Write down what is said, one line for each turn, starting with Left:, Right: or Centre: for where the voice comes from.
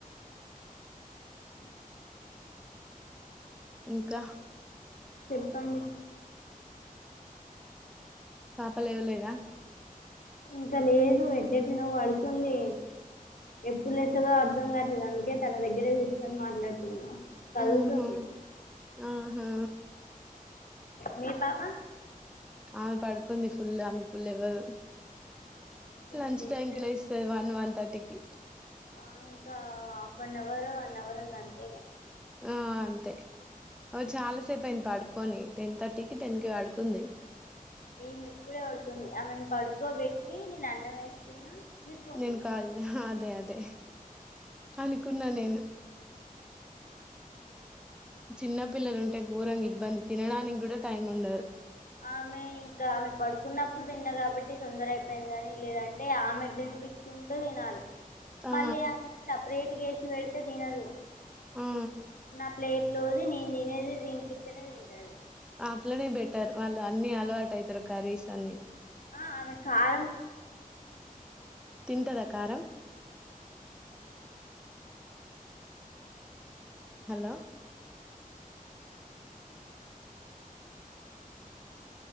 Left: ఉ
Centre: ఇంకా
Left: చెప్పండి
Centre: పాతవే ఉన్నాయ్ గా
Left: ఇంకా లేదు ఎట్లేట్లనో పడుకుంది ఎప్పుడు లేస్తదో అర్ధం కావట్లేదు అందుకే తన దగ్గరే కూర్చొని మాట్లాడుతున్నా కదులుతుంది
Centre: ఆహా ఆహా
Left: మీ పాప
Centre: ఆమె పడుకుంది ఫుల్ ఆమె పుల్ లెవ్వదు
Left: ఈమె
Centre: లంచ్
Left: లేస్తది
Centre: టైంకిి లే స్తది వన్ వన్ థర్టీకి
Left: ఆ ఇంకా half one hour one hour ఉంది అంతేగా
Centre: ఆ అంతే ఓ చాలాసేపు అయింది పడుకొని టెన్ థర్టీకి టెన్ కి పడుకుంది
Left: ఈమె ఇప్పుడే పడుకుంది ఆమెన్ పడుకోబెట్టి నేను అన్నం వేసుకున్నా మీరు ఫోన్
Centre: నేను
Left: చేసారు
Centre: కాల్ అదే అదే అనుకున్నా నేను చిన్న పిల్లలు ఉంటే ఘోరంగా ఇబ్బంది తినడానికి కూడా టైమ్ ఉండదు
Left: ఆమె ఇంకా ఆమె పడుకున్నప్పుడు తిన్నా కాబట్టి తొందర అయిపోయింది గాని లేదంటే ఆమెకు తినిపి కుంటూ తినాలి
Centre: ఆ
Left: మళ్ళీ ఆమె సపరేట్గా ఏసి పె డితే తినదు
Centre: ఆ
Left: నా ప్లేట్ లోది నేను తినేది తినిపితేనే తింటది
Centre: అట్లనే బెటర్ వాళ్ళు అన్ని అలవాటు అవుతారు కర్రీస్ అన్ని
Left: ఆ ఆమె కారం
Centre: తింటద కారం హలో